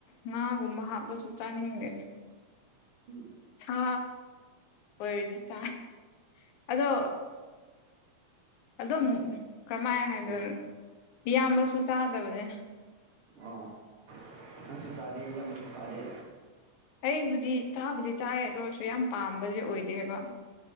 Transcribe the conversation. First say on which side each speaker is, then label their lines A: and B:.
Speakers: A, on the left; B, on the right.
A: ꯉꯥꯒꯨꯝꯕ ꯍꯥꯞꯄꯁꯨ ꯆꯥꯅꯤꯡꯗꯦ
B: ꯎꯝ
A: ꯁꯥ ꯑꯣꯏꯔꯗꯤ ꯇꯥꯏ ꯑꯗꯣ ꯑꯗꯨꯝ ꯀꯔꯝꯃꯥꯏꯅ ꯍꯥꯏꯗꯣꯏ
B: ꯑꯥ
A: ꯏꯌꯥꯝꯕꯁꯨ ꯆꯥꯗꯕꯅꯦ
B: ꯑꯣ ꯉꯁꯨꯁꯗꯦ ꯏꯁꯨꯁꯨꯁꯗꯦ
A: ꯑꯩꯕꯨꯗꯤ ꯆꯥꯕꯨꯗꯤ ꯆꯥꯏ ꯑꯗꯨ ꯑꯣꯏꯔꯁꯨ ꯌꯥꯝ ꯄꯥꯝꯕꯗꯤ ꯑꯣꯏꯗꯦꯕ